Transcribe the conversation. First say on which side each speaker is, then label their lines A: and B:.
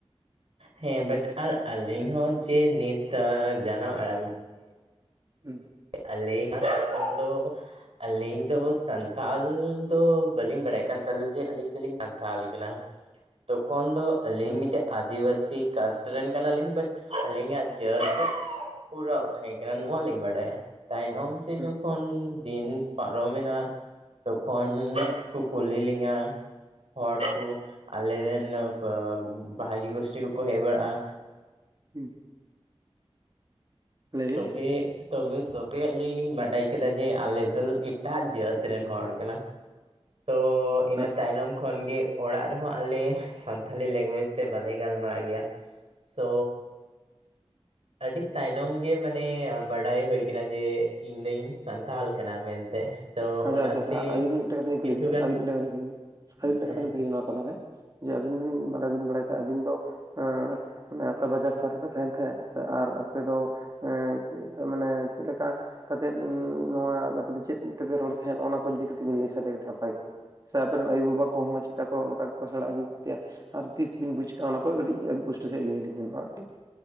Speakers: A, on the right (about 75°); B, on the right (about 40°).
A: ᱦᱮᱸ ᱵᱟᱴ ᱟᱨ ᱟᱹᱞᱤᱧ ᱦᱚᱸ ᱡᱮ ᱱᱤᱛ ᱡᱟᱱᱟᱢ ᱟᱲᱟᱝ
B: ᱦᱩᱸ
A: ᱟᱹᱞᱤᱧ ᱢᱟ ᱛᱚᱠᱷᱚᱱ ᱫᱚ ᱟᱹᱞᱤᱧ ᱫᱚ ᱥᱟᱱᱛᱷᱟᱞ ᱫᱚ ᱵᱟᱹᱞᱤᱧ ᱵᱟᱲᱟᱭ ᱠᱟᱱ ᱛᱟᱦᱚᱞᱮ ᱡᱮ ᱟᱹᱞᱤᱧ ᱫᱚᱞᱤᱧ ᱥᱟᱱᱛᱷᱟᱞ ᱠᱟᱱᱟ᱾ ᱛᱚᱠᱷᱚᱱ ᱫᱚ ᱟᱹᱞᱤᱧ
B: ᱦᱩᱸ
A: ᱢᱤᱫᱴᱮᱱ ᱟᱹᱫᱤᱵᱟᱹᱥᱤ ᱠᱟᱥᱴ ᱨᱮᱱ ᱠᱟᱱᱟᱞᱤᱧ, ᱵᱟᱴ, ᱟᱹᱞᱤᱧᱟᱜ ᱡᱟᱹᱛ ᱫᱚ ᱚᱨᱟᱸᱳ ᱛᱟᱦᱮᱸ ᱠᱟᱱᱟ ᱱᱚᱣᱟᱞᱤᱧ ᱵᱟᱰᱟᱭᱟ᱾ ᱛᱟᱭᱱᱚᱢ ᱛᱮ
B: ᱦᱩᱸ
A: ᱡᱚᱠᱷᱚᱱ ᱫᱤᱱ ᱯᱟᱨᱚᱢᱮᱱᱟ ᱛᱚᱠᱷᱚᱱ
B: ᱦᱩᱸ
A: ᱠᱚ ᱠᱩᱞᱤ ᱞᱤᱧᱟᱹ ᱦᱚᱲ ᱠᱚ ᱟᱞᱮ ᱨᱮᱱ ᱵᱷᱟᱜᱤ ᱜᱩᱥᱴᱤ ᱠᱚᱠᱚ ᱦᱮᱡ ᱵᱟᱲᱟᱜ-ᱟ᱾
B: ᱦᱩᱸ, ᱞᱟᱹᱭ ᱵᱤᱱ
A: ᱛᱚᱵᱮ, ᱛᱚᱵᱮ, ᱛᱚᱵᱮ, ᱟᱹᱞᱤᱧ ᱞᱤᱧ ᱵᱟᱰᱟᱭ ᱠᱮᱫᱟ ᱡᱮ ᱟᱞᱮᱫ ᱫᱚ ᱮᱴᱟᱜ ᱡᱟᱹᱛ ᱨᱮᱱ ᱦᱚᱲ ᱠᱟᱱᱟ, ᱛᱚ ᱤᱱᱟᱹ
B: ᱟᱪᱪᱷᱟ
A: ᱛᱟᱭᱱᱚᱢ ᱠᱷᱚᱱ ᱜᱮ ᱚᱲᱟᱜ ᱨᱮ ᱦᱚᱸ ᱟᱞᱮ ᱥᱟᱱᱛᱷᱟᱞᱤ ᱞᱮᱝᱜᱩᱭᱮᱡᱽ ᱛᱮ ᱵᱟᱞᱮ ᱜᱟᱞᱢᱟᱨᱟᱜ ᱜᱮᱭᱟ, ᱥᱳ, ᱟᱹᱰᱤ ᱛᱟᱭᱱᱚᱢ ᱜᱮ ᱢᱟᱱᱮ ᱵᱟᱰᱟᱭ ᱦᱩᱭ ᱟᱠᱟᱱᱟ ᱡᱮ ᱤᱧ ᱫᱚᱧ ᱥᱟᱱ ᱛᱟᱞ ᱠᱟᱱᱟ ᱢᱮᱱᱛᱮ᱾ ᱛᱚ
B: ᱟᱪᱪᱷᱟ,
A: ᱚᱱᱟᱛᱮ
B: ᱟᱪᱪᱷᱟ, ᱟᱪᱪᱷᱟ, ᱟᱞᱤ ᱢᱤᱫᱢᱮᱴ ᱠᱟᱛᱷᱟ ᱞᱤᱧ ᱠᱩᱞᱤ
A: ᱠᱤᱪᱷᱩᱜᱟᱱ
B: ᱵᱤᱱᱟ ᱟᱹᱵᱤᱱ ᱢᱤᱫᱴᱮᱝ ᱠᱟᱛᱷᱟ ᱞᱤᱧ ᱢᱤᱫᱴᱮᱱ
A: ᱦᱮᱸ
B: ᱠᱟᱛᱷᱟ ᱞᱤᱧ ᱠᱩᱞᱤ ᱵᱤᱱᱟ ᱱᱚᱣᱟ ᱛᱟᱞᱟᱨᱮ ᱡᱮ ᱟᱹᱵᱤᱱ ᱵᱤᱱ ᱵᱟᱲᱟᱭ ᱵᱤᱱ ᱵᱟᱲᱟᱭ ᱛᱟᱦᱮᱫ-ᱟ ᱟᱵᱤᱱ ᱫᱚ ᱦᱮᱸ, ᱢᱟᱱᱮ ᱚᱠᱟ ᱵᱟᱡᱟᱨ ᱥᱟᱦᱟᱨ ᱨᱮᱯᱮ ᱛᱟᱦᱮᱸᱱ ᱛᱟᱦᱮᱸᱫ? ᱥᱮ ᱟᱨ ᱟᱯᱮ ᱫᱚ ᱮ ᱢᱟᱱᱮ ᱪᱮᱜ ᱞᱮᱠᱟ ᱠᱟᱛᱮᱫ ᱱᱚᱣᱟ ᱟᱯᱮ ᱫᱚ ᱪᱮᱫ ᱛᱮᱯᱮ ᱨᱚᱲ ᱛᱟᱦᱮᱸᱫ ᱚᱱᱟ ᱠᱚ ᱡᱩᱫᱤ ᱠᱟᱹᱴᱤᱡ ᱵᱮᱱ ᱞᱟᱹᱭ ᱥᱟᱰᱮᱭᱟ ᱠᱟᱹᱴᱤᱡ ᱱᱟᱯᱟᱭ ᱠᱚᱜ-ᱟ? ᱥᱮ ᱟᱯᱮ ᱨᱮᱱ ᱟᱭᱩ ᱵᱟᱵᱟ ᱠᱚᱦᱚᱸ ᱪᱮᱫᱼᱠᱟ ᱠᱚ ᱚᱱᱠᱟ ᱜᱮ ᱠᱚ ᱥᱮᱬᱟ ᱟᱹᱜᱩ ᱟᱠᱟᱫ ᱯᱮᱭᱟ? ᱟᱨ ᱛᱤᱥ ᱵᱤᱱ ᱵᱩᱡᱽ ᱠᱟᱜ-ᱟ ᱚᱱᱟ ᱠᱚᱜᱮ ᱠᱟᱹᱴᱤᱡ ᱯᱩᱥᱴᱟᱹ ᱥᱟᱦᱤᱡ ᱞᱟᱹᱭ ᱟᱹᱞᱤᱧ ᱵᱮᱱ <unintelligible>